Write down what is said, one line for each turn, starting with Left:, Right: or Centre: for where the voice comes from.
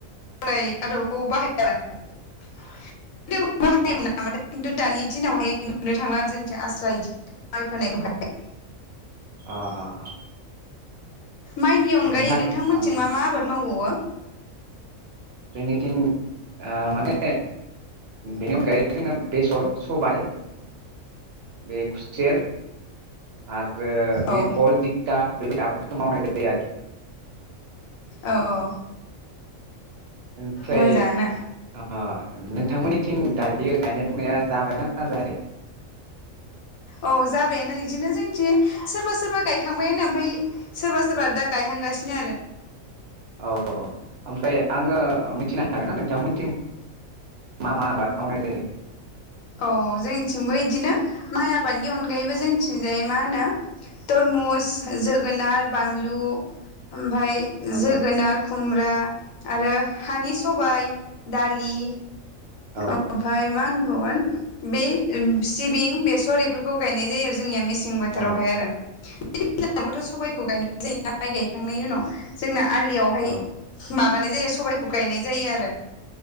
Left: <unintelligible> आदबखौ बाहाय <unintelligible>
Right: औ
Left: माने खिन्थु दानि दिनावहाय नुनो थांला आरो जों आस्रा बिदि माइ फोनायखौहाय
Right: अ अ अ
Left: माइनि अनगायै
Right: नोंथां
Left: नोंथांमोनथिं
Right: ओ
Left: मा मा आबाद मावबावो?
Right: जोंनिथिं ओ माने बेनि अनगायै जोङो बेसर, सबाइ बे खुसेर आरो आरो
Left: औ
Right: बे भल जिंखा बेबायदि आबादफोरखौ मावनाय जायो आरोखि,
Left: औ औ
Right: ओमफ्राय
Left: मोजाङानो
Right: नों नोंथांमोननिथिं दायो गायनाय फुनाया जाबायना जायाखै?
Left: औ जाबायानो बिदिनो जोंथि सोरबा सोरबा गायखांबायानो ओमफ्राय सोरबा सोरबा दा गायहांगासिनो आरो
Right: औ औ ओमफ्राय आङो मिथिनो हागोन ना नोंथां मोननिथिं मा मा आबाद मावनाय जायो?
Left: औ जोंथिंबो इदिनो माइ आबादनि अनगायैबो जोंनिथिंजाय मा होनो तरमुस, जोगोनार, बानलु ओमफ्राय
Right: औ
Left: जोगोनार, खुमब्रा आरो हानि सबाइ, दालि
Right: औ
Left: अ फाय मा होनबाव गोन बे सिबिं, बेसर बेफोरखौ गायनाय जायो आरो जोंनिया मेसिं बोथोरावहाय
Right: औ
Left: आरो <unintelligible> बोथ' सबाइखौ गायनाय जायोना माइ गायखांनायनि उनाव जोंना आलियावहाय
Right: औ
Left: माबा माने जायो सबबायखौ गायनाय जायो आरो